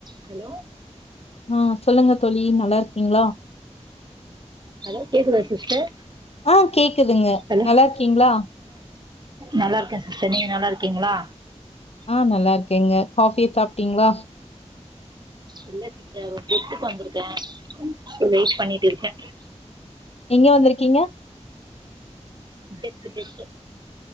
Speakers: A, on the right; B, on the left.
A: Hello
B: ம் சொல்லுங்க தோழி நல்லா இருக்கீங்களா
A: ஹலோ கேக்குதா சிஸ்டர்
B: ஆ கேக்குதுங்க.
A: அ
B: நல்லா இருக்கீங்களா?
A: நல்லா இருக்கே சிஸ்டர் நீங்க நல்லா இருக்கீங்களா
B: ஆ நல்லா இருக்கேங்க காஃபிய சாப்ட்டீங்களா
A: இல்ல சிஸ்டர் ஒரு டெத்துக்கு வந்திருக்கே வெயிட் பண்ணிட்டு இருக்கே
B: எங்க வந்துருக்கிங்க
A: டெத் டெத்